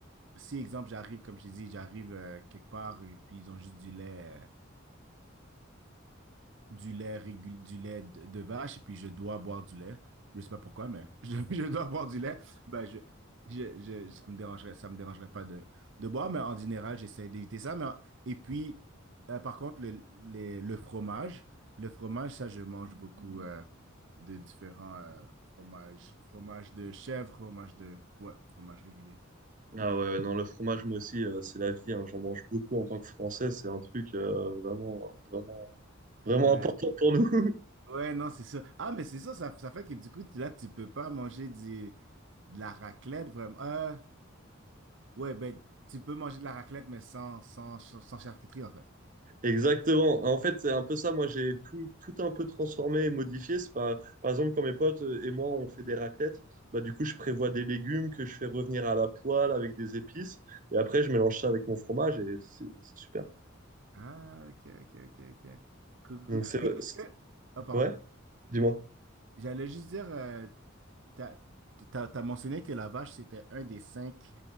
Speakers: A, on the right; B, on the right.
A: si, exemple, j'arrive, comme je t'ai dit, j'arrive euh, quelque part et puis ils ont juste du lait, euh, du lait régul- du lait de, de vache et puis je dois boire du lait. Je sais pas pourquoi, mais <laughs> je, je dois boire du lait. Ben, je, je, je- ça me dérangerait, ça me dérangerait pas de, de boire, mais en général, j'essaie d'éviter ça. Mais, en- et puis, euh, par contre, le, les- le fromage, le fromage, ça, je mange beaucoup euh, de différents euh, fromages. Fromage de chèvre, fromage de... Ouais, fromage régulier.
B: Ah ouais, ouais, non, le fromage, moi aussi, euh, c'est la vie, hein. J'en mange beaucoup en tant que Français. C'est un truc euh, vraiment, vraiment Vraiment
A: Ouais.
B: important pour nous. <laughs>
A: Ouais, non, c'est ça. Ah, mais c'est ça, ça, ça fait que du coup, tu- là, tu peux pas manger du, de la raclette, vraiment. Euh, ouais, ben, tu peux manger de la raclette, mais sans, sans, sans charcuterie, en fait.
B: Exactement. En fait, c'est un peu ça. Moi, j'ai tout, tout un peu transformé et modifié. C'est pas, par exemple, quand mes potes et moi, on fait des raclettes, bah, du coup, je prévois des légumes que je fais revenir à la poêle avec des épices. Et après, je mélange ça avec mon fromage et c'est c'est super.
A: Ah, ok, ok, ok, ok. Cool, cool,
B: Donc,
A: cool.
B: c'est,
A: Puis, est-ce
B: c'est-
A: que... Ah, pardon.
B: ouais, dis-moi.
A: J'allais juste dire, euh, t'as, t'as, t'as mentionné que la vache, c'était un des cinq,